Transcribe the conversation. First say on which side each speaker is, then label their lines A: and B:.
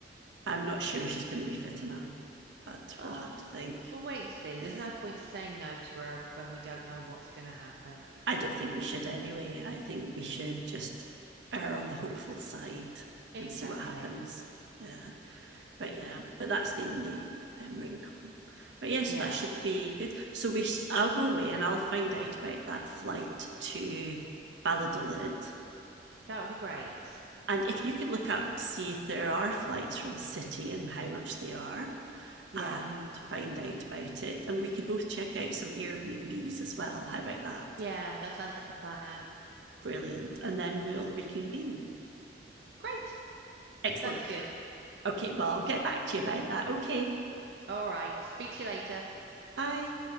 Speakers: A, on the right; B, on the right.
A: i'm not sure she's going to be fit enough but
B: Well,
A: we'll have to think
B: we'll wait and see.
A: yeah
B: There's no point saying no to her when we don't know what's going to happen.
A: I don't think we should anyway. I think we should just err on the hopeful side
B: Exactly.
A: and see what happens. Yeah, but yeah, but that's the only um, wrinkle. But yeah, so
B: Yeah,
A: that should be good. So we, i I'll go away and I'll find out about that flight to Valladolid.
B: that would be great.
A: And if you could look up to see if there are flights from City and how much they are,
B: Yeah,
A: and find out about it. And we could both check out some Airbnbs as well. How about that?
B: yeah, that sounds like a plan.
A: Brilliant. And then we'll reconvene.
B: Great.
A: Excellent.
B: Sounds good.
A: Okay, well, I'll get back to you about that. Okay,
B: All right. Speak to you later.
A: bye.